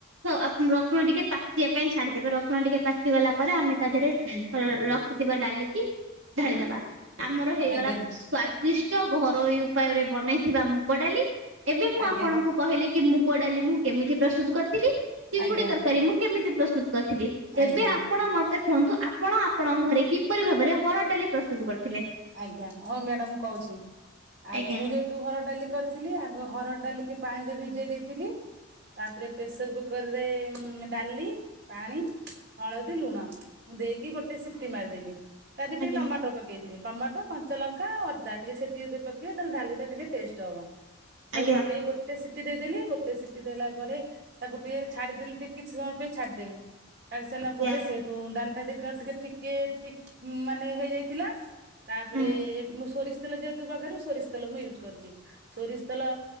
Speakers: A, on the right; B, on the right.
A: ସେ ରସୁଣ ଟିକେ ପାଚିବା ପାଇଁ ଛାଡିଦେବେ ରସୁଣ ଟିକେ ପାଚିଗଲା ପରେ ଆମେ ତା ଦେହରେ
B: ହୁଁ
A: ରଖିଥିବା ଡାଲିକି ଢାଳି ଦବା ଆମର ହେଇଗଲ
B: ଆଜ୍ଞା
A: ସ୍ଵାଦିଷ୍ଟ ଘରୋଇ ଉପାୟରେ ବନେଇଥିବା ମୁଗ ଡାଲି ଏବେ ମୁଁ
B: ଆଜ୍ଞା
A: ଆପଣଙ୍କୁ କହିଲି କି ମୁଗ ଡାଲି ମୁଁ କେମିତି ପ୍ରସ୍ତୁତ କରିଥିଲି। ଚିଙ୍ଗୁଡି
B: ଆଜ୍ଞା
A: ତରକାରୀ ମୁଁ କେମିତି ପ୍ରସ୍ତୁତି କରିଥିଲି।
B: ଆଜ୍ଞା
A: ଏବେ ଆପଣ ମତେ କୁହନ୍ତୁ? ଆପଣ ଆପଣଙ୍କ ଘରେ କିପରି ଭାବରେ ହରଡ ଡାଲି ପ୍ରସ୍ତୁତ କରିଥିଲେ?
B: ଆଜ୍ଞା ହଁ ମ୍ୟାଡାମ କହୁଛି ଆ
A: ଆଜ୍ଞା
B: ମୁଁ ଯେ ତୁ ହରଡ ଡାଲି କରିଥିଲି ଆଗ ହରଡ ଡାଲିକି ପାଣି ରେ ଭିଜେଇ ଦେଇଥିଲି ତାପରେ ପ୍ରେସର କୁକର ରେ ଡାଲି ପାଣି ହଳଦୀ ଲୁଣ ମୁଁ ଦେଇକି ଗୋଟେ ସିଟି ମାରିଦେଲି। ତା
A: ଆଜ୍ଞା
B: ଧିରେ ଟିକେ ଟମାଟର ପକେଇଥିନି। ଟମାଟୋ କଞ୍ଚା ଲଙ୍କା ଅଦା ଟିକେ ଛେଚିକି <unintelligible> ତାହାଲେ ଡାଲିଟା ଟିକେ ଟେଷ୍ଟ ହବ। ତାକୁ
A: ଆଜ୍ଞା
B: ପକେଇକି ଗୋଟେ ସିଟି ଦେଇଦେଲି ଗୋଟେ ସିଟି ଦେଲା ପରେ ତାକୁ ଟିକେ ଛାଡିଦେଲି ଟିକ କିଛି ସମୟ ପାଇଁ ଛାଡିଦେଲି ଛାଡି ସାରିଲା
A: ଆଜ୍ଞା
B: ପରେ ସେ ଉଁ ଡାଲି ଟା ଦେଖିଲା ଟିକେ ଥିକେ ଥିକ ମାନେ ହେଇଯାଇଥିଲା। ତାପରେ
A: ହୁଁ
B: ମୁଁ ସୋରିଷ ତେଲ ଯେହେତୁ ବଘାରେ ସୋରିଷ ତେ ଲ ମୁଁ ଇଉଜୁ କରିଚି ସୋରିଷ ତେଲ